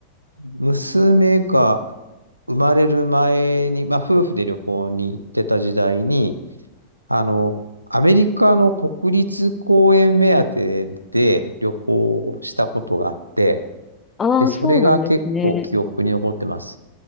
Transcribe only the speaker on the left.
ああ、
そうなんですね。